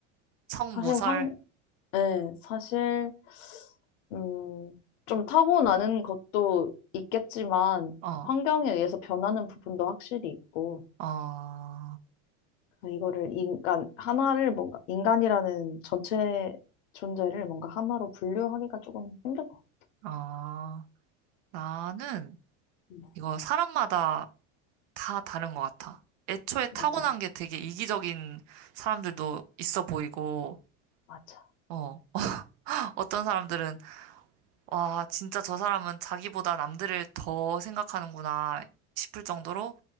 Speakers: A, on the right; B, on the left.
A: 성무설?
B: 사실 네, 사실, 음, 좀 타고나는 것도 있겠지만,
A: 어,
B: 환경에 의해서 변하는 부분도 확실히 있고,
A: 어,
B: 이거를 인간, 하나를 뭔가, 인간이라는 전체 존재를 뭔가 하나로 분류하기가 조금 힘든 것 같아요.
A: 어. 나는
B: 음,
A: 이거 사람마다 다 다른 것 같아. 애초에 타고난
B: 맞아,
A: 게 되게 이기적인 사람들도 있어 보이고,
B: 맞아,
A: 어. 어떤 사람들은, 와, 진짜 저 사람은 자기보다 남들을 더 생각하는구나 싶을 정도로